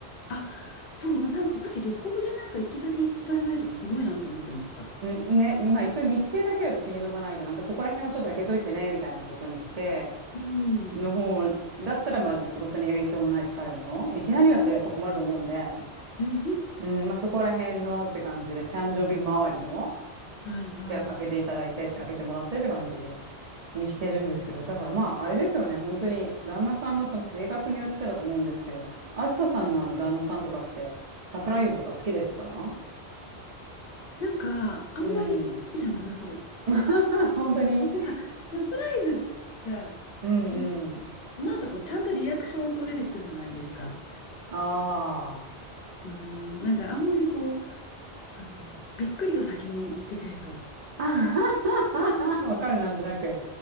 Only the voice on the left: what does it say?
あ、そう、なんかさっき旅行でなんか行き先伝えないとかすごいなと思ってました。
うん。
うんうんふん
はいはい。
うん。なんか、あんまり好きじゃなさそう。
なんか、サプライズがいい、
その後こう、ちゃんとリアクションを取れる人じゃないですか。
うん。なんか、あんまりこう、あの、びっくりが先に出ちゃいそう。